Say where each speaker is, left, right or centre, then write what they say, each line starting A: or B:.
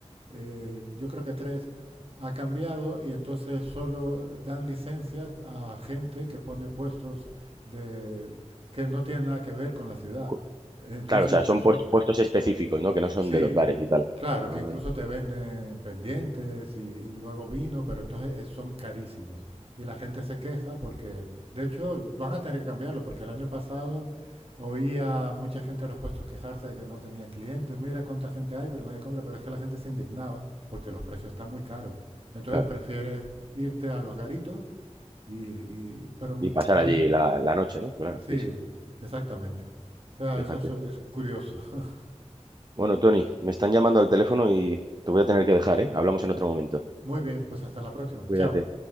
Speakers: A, on the right; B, on the right.
A: eh, yo creo que tres, ha cambiado y entonces solo dan licencias a gente que pone puestos de, que no tienen nada que ver con la ciudad.
B: Cu-
A: Entonces,
B: Claro, o sea, son
A: son-
B: puest- puestos específicos, ¿no? Que no son
A: Sí,
B: de los bares y tal.
A: claro,
B: Ah,
A: que incluso te venden pendientes y, y luego vino, pero entonces eh, son carísimos. Y la gente se queja porque, de hecho, van a tener que cambiarlo, porque el año pasado oía a mucha gente de los puestos quejarse de que no tenían clientes. Mira cuánta gente hay, pero nadie compra. Pero es que la gente se indignaba porque los precios están muy caros. Entonces
B: claro.
A: prefieres irte a los garitos y, y- pero mm,
B: Y pasar
A: había-
B: allí la, la noche, ¿no? Claro,
A: sí,
B: sí, sí.
A: exactamente. O sea,
B: Fíjate.
A: eso es es curioso. <laughs>
B: Bueno, Tony, me están llamando al teléfono y te voy a tener que dejar, ¿eh? Hablamos en otro momento.
A: Muy bien, pues hasta la próxima.
B: Cuídate.
A: Chao.